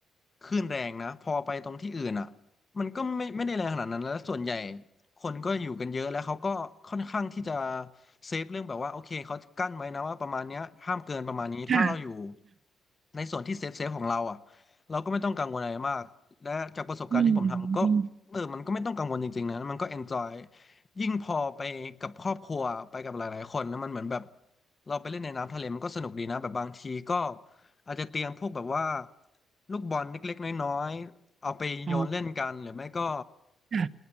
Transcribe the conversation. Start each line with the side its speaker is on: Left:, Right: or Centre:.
Left: คลื่นแรงนะพอไปตรงที่อื่นอ่ะมันก็ไม่ไม่ได้แรงขนาดนั้นแล้วส่วนใหญ่คนก็อยู่กันเยอะแล้วเขาก็ค่อนข้างที่จะเซฟเรื่องแบบว่าโอเคเขากั้นไว้นะว่าประมาณเนี้ยห้ามเกินประมาณนี้ถ้าเราอยู่
Right: ค่ะ
Left: ในส่วนที่เซฟเซฟของเราอ่ะเราก็ไม่ต้องกังวลอะไรมาก และจากประสบการณ์ที่ผมทำก็
Right: อืมอม
Left: เออมันก็ไม่ต้องกังวลจริงๆนะมันก็เอนจอยยิ่งพอไปกับครอบครัวไปกับหลายๆคนนะมันเหมือนแบบเราไปเล่นในน้ำทะเลมันก็สนุกดีนะแบบบางทีก็อาจจะเตรียมพวกแบบว่าลูกบอลเล็กๆน้อยๆเอาไปโยนเล่นกันหรือไม่ก็
Right: อ๋อค่ะ